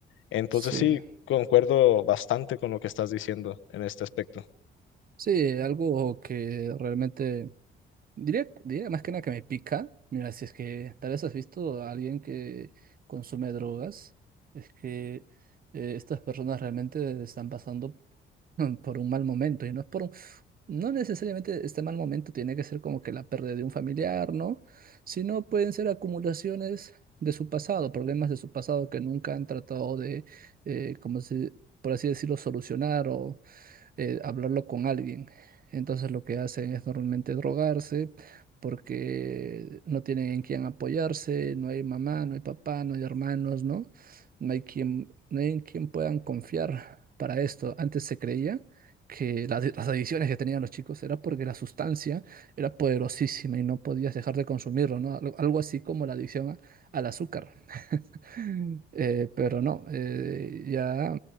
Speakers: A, on the left; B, on the right.
A: Entonces
B: Sí.
A: sí, concuerdo bastante con lo que estás diciendo en este aspecto.
B: Sí, algo que realmente Diría, diría más que nada que me pica. Mira, si es que tal vez has visto a alguien que consume drogas, es que eh, estas personas realmente están pasando <laughs> por un mal momento y no es por un, no necesariamente este mal momento tiene que ser como que la pérdida de un familiar, ¿no? Sino pueden ser acumulaciones de su pasado, problemas de su pasado que nunca han tratado de, eh, como se- por así decirlo, solucionar o eh, hablarlo con alguien. Entonces lo que hacen es normalmente drogarse porque no tienen en quién apoyarse, no hay mamá, no hay papá, no hay hermanos, ¿no? No hay quien, no hay en quien puedan confiar para esto. Antes se creía que las, las adicciones que tenían los chicos era porque la sustancia era poderosísima y no podías dejar de consumirlo, ¿no? Algo algo así como la adicción a- al azúcar. Mm. Eh, pero no, eh, ya